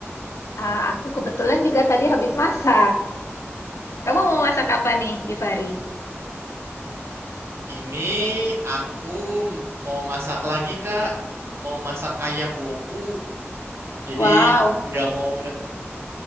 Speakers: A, on the left (about 75°); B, on the right (about 60°).
A: Ah, aku kebetulan juga tadi habis masak. Kamu mau masak apa nih, Givari?
B: Ini aku m- mau masak lagi Kak. Mau masak ayam woku. Jadi
A: Wow,
B: udah mau